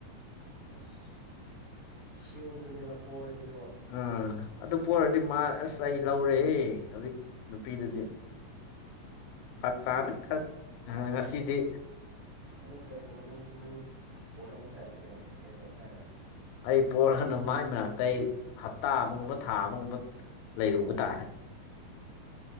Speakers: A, on the right; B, on the left.
A: ꯑꯁ ꯁꯤꯌꯎꯗꯨꯅꯦꯕ ꯄꯔꯗꯤ
B: ꯎꯥ ꯑꯗꯨ ꯄꯔꯗꯤ ꯃꯥ
A: ꯎꯝ
B: ꯑꯁ ꯑꯩ ꯂꯧꯔꯦ ꯍꯧꯖꯤꯛ ꯅꯨꯄꯤꯗꯨꯗꯤ ꯐꯛ ꯇꯥꯃꯦ ꯈ ꯉꯁꯤꯗꯤ
A: ꯑ ꯀꯩꯒꯨꯝꯕ ꯅꯪ ꯅꯪ ꯄꯣꯠꯂꯝꯝꯕ ꯇꯥꯏ ꯀꯩꯗꯧꯕ ꯇꯥꯔꯦ
B: ꯑꯩ ꯄꯣꯔꯒꯅ ꯃꯒꯤ ꯃꯅꯥꯛꯇ ꯑꯩ ꯍꯞꯇꯥ ꯑꯃꯒꯨꯝꯕ ꯊꯥ ꯑꯃꯒꯨꯝꯕ ꯂꯩꯔꯨꯕ ꯇꯥꯔꯦ